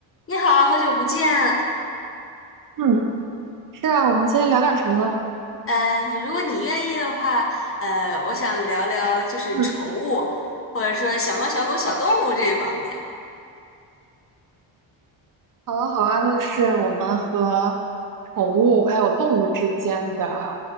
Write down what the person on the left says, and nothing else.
你好，好久不见。
呃，如果你愿意的话，呃，我想聊聊就是宠物，
或者说小猫、小狗、小动物这方面